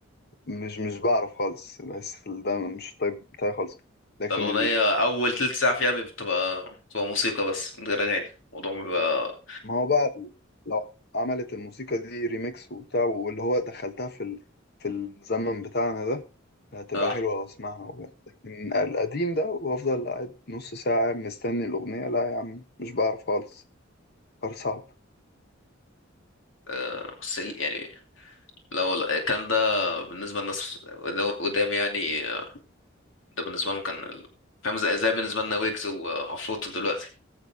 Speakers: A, on the left; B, on the left.
A: مش مش بعرف خالص بحس ال- ده مش طيب بتاعي خالص لكن
B: ده الاغنية اول تلت ساعة فيها بتبقى بتبقى موسيقى بس من غير اغاني الموضوع بيبقى
A: ما هو بقى لو عملت الموسيقى دي ريميكس وبتاع واللي هو دخلتها في ال... في الزمن بتاعنا ده هتبقى
B: اه
A: حلوة أسمعها وبتاع. لكن القديم ده وأفضل قاعد نص ساعة مستني الأغنية لا يا عم مش بعرف خالص قرار صعب
B: آه، بس يعني لو الكلام ده بالنسبة للناس قدام يعني آه، ده بالنسبة لهم كان ال- فاهم زي زي بالنسبة لنا ويجز وعفروتو دلوقتي